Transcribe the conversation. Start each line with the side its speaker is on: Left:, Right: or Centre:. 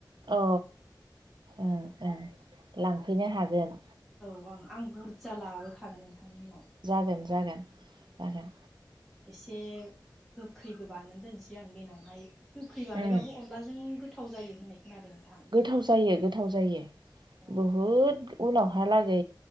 Right: अ ओं ओं लांफैनो हागोन
Centre: औ ओं आं बुरजा लाबोखागोन नोंथांमोननाव
Right: जागोन जागोन। जागोन
Centre: औ एसे गोखैबो बानायनानै दोनसै आं देनांहाय गोखै बानायबाबो
Right: उम
Centre: अनलाजों गोथाव जायो होननाय खोनादों नोंथां
Right: गोथाव जायो गोथाव जायो
Centre: अ
Right: बुहुद उनावहालागै